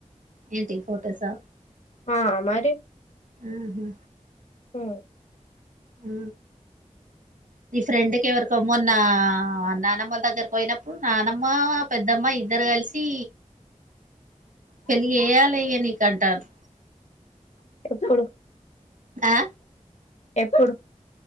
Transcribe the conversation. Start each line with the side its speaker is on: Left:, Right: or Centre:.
Right: ఏంటి ఫోటోసా.
Left: ఆ మరి.
Right: ఆహా
Left: హు
Right: హ్ నీ ఫ్రెండ్ కెవరికో మొన్నా నానమ్మల దగ్గరికి పోయిన ప్పుడు నానమ్మ పెద్దమ్మ ఇద్దరు కలిసి పెళ్లి చేయాలే ఇగా నీకంటల్లు.
Left: ఎప్పుడు?
Right: ఆ
Left: ఎప్పుడు?